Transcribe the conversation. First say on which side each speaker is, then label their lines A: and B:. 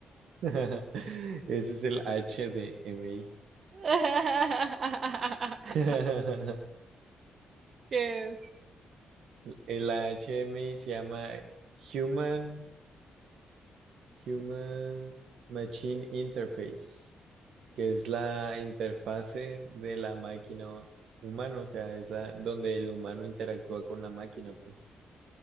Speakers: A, on the right; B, on the right.
A: <laughs> Ese es el HDMI.
B: <laughs>
A: <laughs>
B: ¿Qué es?
A: El HDMI se llama Human, Human Machine Interface, que es la interfase de la máquina humana, o sea, es la donde el humano interactúa con la máquina, pues.